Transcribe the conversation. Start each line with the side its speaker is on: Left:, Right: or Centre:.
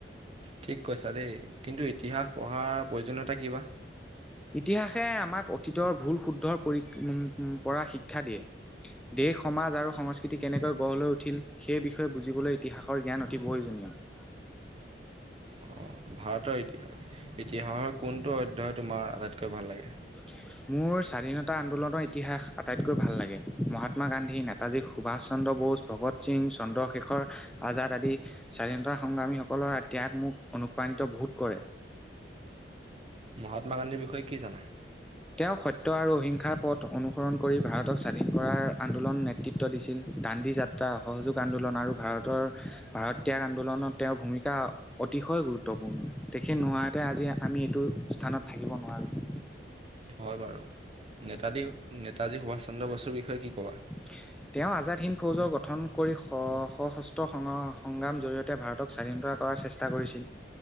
Right: ঠিক কৈছা দেই কিন্তু ইতিহাস পঢ়াৰ প্ৰয়োজনীয়তা কিবা?
Centre: ইতিহাসে আমাক অতীতৰ ভুল শুদ্ধৰ পৰি পৰা শিক্ষা দিয়ে। দেশ সমাজ আৰু সংস্কৃতি কেনেকৈ গঢ় লৈ উঠিল। সেই বিষয়ে বুজিবলৈ ইতিহাসৰ জ্ঞান অতি প্ৰয়োজনীয়।
Right: অ, ভাৰতৰ ইতিহাসৰ কোনটো অধ্যায় তোমাৰ আটাইতকৈ ভাল লাগে?
Centre: <unintelligible> মোৰ স্বাধীনতা আন্দোলনৰ ইতিহাস আটাইতকৈ ভাল লাগে। মহাত্মা গান্ধী, নেতাজী সুভাষ চন্দ্ৰ বোস- ভগত সিং, চন্দ্ৰশেখৰ আজাদ আদি - স্বাধীনতা সংগ্ৰামীসকলৰ ত্যাগ মোক অনুপ্ৰাণিত বহুত কৰে।
Right: মহাত্মা গান্ধীৰ বিষয়ে কি জানা?
Centre: তেওঁ সত্য আৰু অহিংসাৰ পথ অনুসৰণ কৰি ভাৰতক স্বাধীন কৰাৰ আন্দোলন নেতৃত্ব দিছিল। দান্ধী যাত- ত্ৰা সহযোগ আন্দোলন আৰু ভাৰতৰ, ভাৰত ত্যাগ আন্দোলনত তেওঁৰ ভূমিকা- অতিশয় গুৰুত্বপূৰ্ণ। তেখেত নোহোৱাহেতে আজি আমি এইটো স্থানত থাকিব নোৱাৰোঁ।
Right: হয় বাৰু। নেতাদী, নেতাজী সুভাষ চন্দ্ৰ বসুৰ বিষয়ে কি ক'বা?
Centre: <unintelligible> তেওঁ আজাদ হিন্দ ফৌজৰ গঠন কৰি স-সশস্ত্ৰ সং-সংগ্ৰাম জৰিয়তে ভাৰতক স্বাধীনতা- কৰাৰ চেষ্টা কৰিছিল।